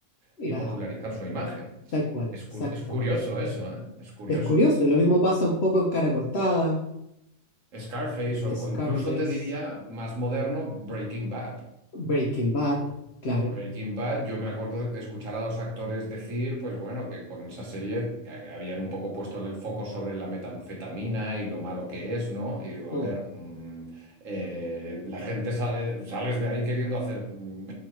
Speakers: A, on the left; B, on the right.
A: La,
B: y popularizar su imagen.
A: tal cual,
B: Es, cu-
A: exacto.
B: es curioso eso, ¿eh? Es curioso.
A: Es curioso, y lo mismo pasa un poco en Cara Cortada,
B: Scarface o,
A: Scarface,
B: o incluso te diría más moderno Breaking Bad.
A: Breaking Bad, claro.
B: Breaking Bad, yo me acuerdo de escuchar a los actores decir, pues bueno, que con esa serie que habían un poco puesto el foco sobre la metanfetamina y lo malo que es, ¿no? Y digo,
A: Mm.
B: a ver, mm, eh, la gente sale, sales de ahí queriendo hacer mm,